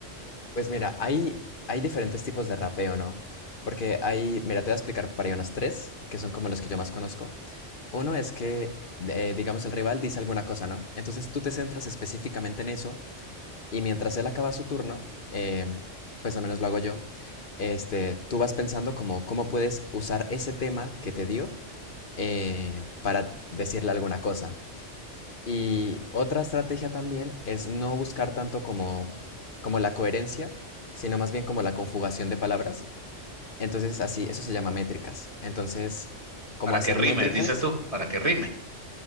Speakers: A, on the left; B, on the right.
A: Pues mira, hay, hay diferentes tipos de rapeo, ¿no? Porque hay, mira, te voy a explicar para ahí unos tres, que son como los que yo más conozco. Uno es que, eh, digamos, el rival dice alguna cosa, ¿no? Entonces tú te centras específicamente en eso y mientras él acaba su turno, em, pues al menos lo hago yo, este, tú vas pensando como cómo puedes usar ese tema que te dio eh, para decirle alguna cosa. Y otra estrategia también es no buscar tanto como, como la coherencia, sino más bien como la conjugación de palabras. Entonces, así, eso se llama métricas. Entonces, como
B: Para
A: hacer
B: que rime,
A: métricas
B: dices tú, para que rime.